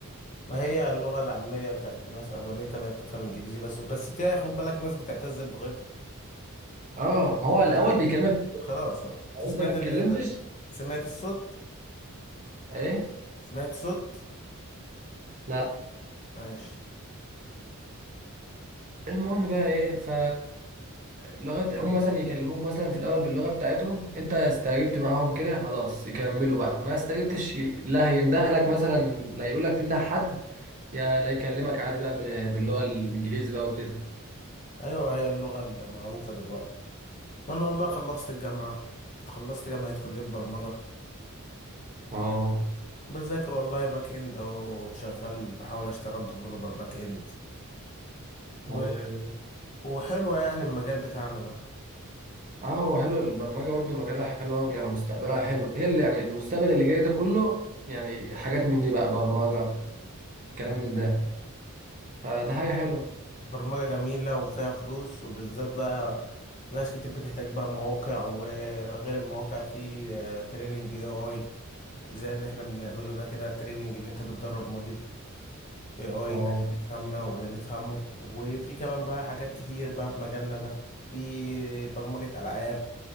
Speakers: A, on the left (about 35°); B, on the right (about 35°).
A: ما هي اللغة العامية بتاعت الناس أغلبيتها بقت تفهم انجليزي بس بس فيها خد بالك ناس بتعتز بلغتها
B: اه ما هو
A: ده
B: الاول بيكلمك
A: خلاص خلاص انت
B: لو
A: سمعت
B: انت ما اتكلمتش
A: اللي انا سمعت الصوت
B: ايه
A: سمعت صوت
B: لا
A: ماشي
B: المهم بقى ايه ف لغايه هم مثلا يكلموك مثلا في الاول باللغه بتاعتهم انت استجبت معاهم كده خلاص يكملوا بقى ما استجبتش لا هيندهلك مثلا لا يقول لك تنده حد يا لا يكلمك عادي بقى ب- باللغه الانجليزي بقى وكده
A: ايوه هي اللغة المعروفة دلوقتي وانا والله خلصت الجامعة خلصت جامعة كلية برمجة
B: اه
A: بذاكر والله باك اند اهو شغال بحاول اشتغل ديفلوبر باك اند و...
B: ايوه ايوه
A: وحلوة يعني المجال بتاعنا ده
B: اه هو حلو البرمجه برضو مجالها حلو قوي يعني مستقبلها حلو هي اللي يعني المستقبل اللي جاي ده كله يعني حاجات من دي بقى برمجه كلام من ده فده حاجه حلوه
A: برمجة جميلة وفيها فلوس وبالذات بقى ناس كتير بتحتاج بقى مواقع وغير المواقع في تريننج اي اي زي اللي احنا بنعمله ده كده تريننج ان انت بتدرب موديل AI
B: اه
A: عشان يفهمنا ونفهمه وفي كمان بقى حاجات كتير بقى في مجالنا ده في برمجة ألعاب